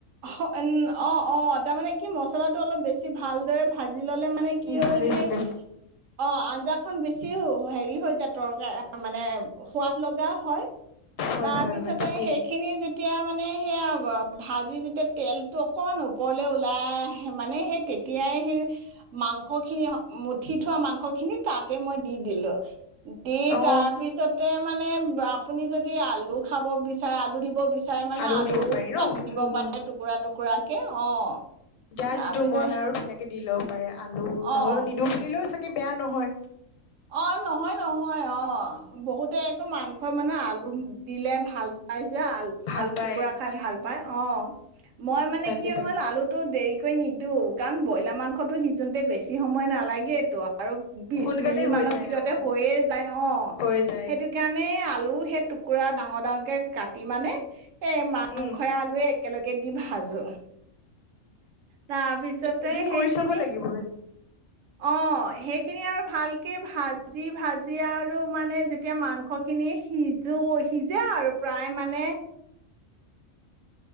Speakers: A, on the right (about 75°); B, on the left (about 75°).
A: অ উ অ অ তাৰ মানে কি মছলাটো অলপ বেছি ভালদৰে ভাজি লিলে মানে কি
B: উম
A: হ'ল
B: ভালে
A: সেই
B: ভালে
A: অ আঞ্জাখন বেছি হেৰি হৈ যায় তৰকাৰ মানে সোৱাদ লগা হয়
B: হয়
A: তাৰ
B: হয়
A: পিছতে
B: হয় ঠিকেই
A: সেইখিনি যেতিয়া মানে সেয়া হ ভাজ আজি যেতিয়া তেলটো অকমান ওপৰলে ওলাই আহে মানে সেই তেতিয়াই সেই মাংস খিনি মুঠি থোৱা মাংস খিনি তাতে মই দি দিলো দি
B: অ
A: তাৰপিছতে মানে আপুনি যদি আলু খাব বিচাৰে বিচাৰে আলু দিব বিচাৰে মানে
B: আলুও
A: আলু
B: দিব পাৰি ন
A: কাটি দিব
B: উম
A: পাৰে
B: উম
A: টুকুৰা টুক কুকুৰাকে অ
B: যাৰ
A: তাৰপিছত
B: যিটো মন আৰু ধুনীয়াকে দি লওঁ পাৰে আলু
A: অ'।
B: নহ'লেও নিদু বুলিলেও চাগে বেয়া নহয়
A: অ নহয় নহয় অ বহুতে একো মাংস মানে আলু দিলে ভাল ৰাই যে আল
B: ভাল
A: আলু
B: পায়
A: টুকুৰা খাই ভাল পায় অ মই মানে
B: তাকে
A: কি
B: তাকে
A: হ'ল আলুটো দেৰি কি নিপু কাৰণ ব্ৰইলাৰ মাংসতো সিজোতে বেছি সময় নালাগেতো আৰু বিশ
B: সোনকালে
A: এদিন
B: হৈ
A: মানৰ
B: যায়
A: ভিতৰতে
B: অ
A: হৈয়ে যায় অ
B: হৈ যায়
A: সেইটো কাৰণে আলু সেই টুকুৰা ডাঙৰ ডাঙৰ কাটি মানে এই মাংসই
B: উম
A: আলুৱে একেলগে দি ভাজো তাৰপিছতে
B: এদিন
A: সেইখিনি,
B: কৰি চাব লাগিব
A: অ! সেইখিনি আৰু ভালকে ভাজি, ভাজি আৰু মানে যেতিয়া মাংস খিনি সিজো, সিজে আৰু প্ৰায় মানে